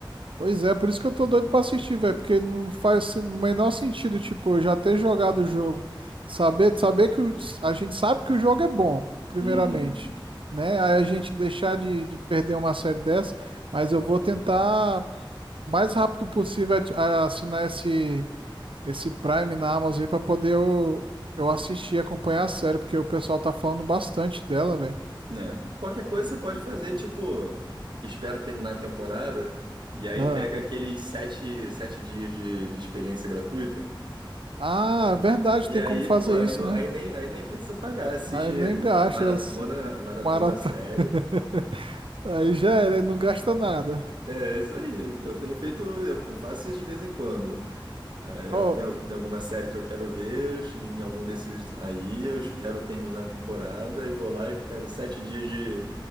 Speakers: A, on the right (about 80°); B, on the right (about 60°).
A: Pois é, por isso que eu tô doido pra assistir, velho, porque não faz o menor sentido, tipo, eu já ter jogado o jogo, saber, saber que o- a gente sabe que o jogo é bom, primeiramente,
B: Uhum.
A: né? Aí a gente deixar de, de perder uma série dessa, mas eu vou tentar o mais rápido possível ati- a- assinar esse esse Prime na Amazon aí para poder eu, eu assistir, acompanhar a série, porque o pessoal tá falando bastante dela, velho.
B: Né? Qualquer coisa você pode fazer, tipo, espera terminar a temporada e aí
A: Ah,
B: pega aqueles sete, sete dias de, de experiência gratuita.
A: Ah, verdade,
B: E
A: tem
B: aí,
A: como fazer
B: pô, aí,
A: isso,
B: não-
A: né?
B: aí, nem, aí nem precisa pagar. Assiste
A: Aí eu nem gasta.
B: maratona, maratona
A: Maratona.
B: série.
A: <laughs> Aí já era, não gasta nada.
B: É, é isso aí. Eu tenho feito, eu, eu faço isso de vez em quando. Aí
A: Ó,
B: eu tenho, tem alguma série que eu quero ver, em algum desses aí eu espero terminar a temporada e vou lá e pego sete dias de,